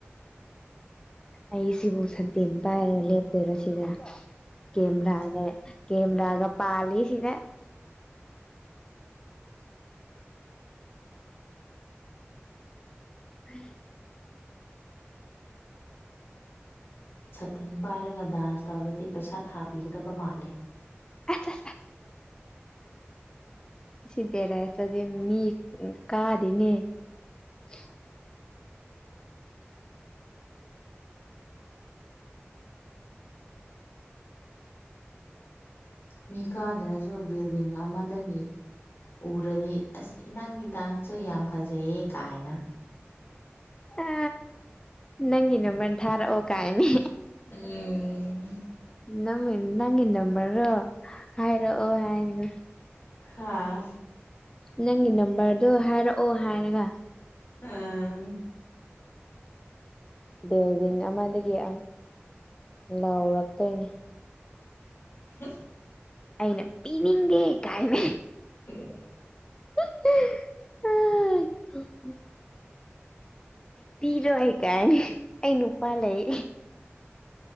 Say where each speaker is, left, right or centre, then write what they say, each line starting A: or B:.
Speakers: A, on the left (about 20°); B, on the left (about 60°).
A: ꯑꯩ ꯁꯤꯕꯨ ꯁꯠꯇꯤꯟ ꯄꯥꯏꯔꯒ ꯂꯦꯞꯇꯣꯏꯔꯣ ꯁꯤꯗ ꯀꯦꯃꯦ꯭ꯔꯅꯦ
B: ꯎꯝ
A: ꯀꯦꯃ꯭ꯔꯒ ꯄꯂꯤꯁꯤꯗ <inaudible> ꯎ
B: ꯇꯤꯟ ꯄꯥꯏꯔꯒ ꯗꯥꯟꯁ ꯇꯧꯔꯗꯤ ꯄꯩꯁꯥ ꯊꯥꯕꯤꯒꯗꯕ ꯃꯥꯜꯂꯦ
A: ꯑꯠꯆꯥ ꯁꯤꯗꯔꯁꯗꯤ ꯃꯤ ꯀꯥꯗꯅꯦ <unintelligible>
B: ꯃꯤ ꯀꯥꯗ꯭ꯔꯁꯨ ꯕꯤꯜꯗꯤꯡ ꯑꯃꯗꯒꯤ ꯎꯔꯗꯤ ꯑꯁ ꯅꯪꯒꯤ ꯗꯥꯟꯁꯇꯨ ꯌꯥꯝ ꯐꯖꯩꯌꯦ ꯀꯥꯏꯅ
A: ꯑ ꯅꯪꯒꯤ ꯅꯝꯃꯔ ꯊꯔꯛ ꯑꯣ ꯀꯥꯏꯅꯤ
B: ꯎꯝ
A: ꯅꯪ ꯅꯪꯒꯤ ꯅꯝꯕꯔꯔꯣ ꯍꯥꯏꯔꯛꯑꯣ ꯍꯥꯏꯔꯒ
B: ꯍꯥꯥ
A: ꯅꯪꯒꯤ ꯅꯝꯕꯔꯗꯣ ꯍꯥꯏꯔꯛꯑꯣ ꯍꯥꯏꯔꯒ
B: ꯑꯥ
A: ꯕꯤꯜꯗꯤꯡ ꯑꯃꯗꯒꯤ ꯑꯩ ꯂꯥꯎꯔꯛꯇꯣꯏꯅꯤ
B: <unintelligible>
A: ꯑꯩꯅ ꯄꯤꯅꯤꯗꯦ ꯀꯥꯏꯅ
B: ꯎꯝ
A: <unintelligible> ꯄꯤꯔꯣꯏ ꯀꯥꯏꯅ ꯑꯩ ꯅꯨꯄꯥ ꯂꯩ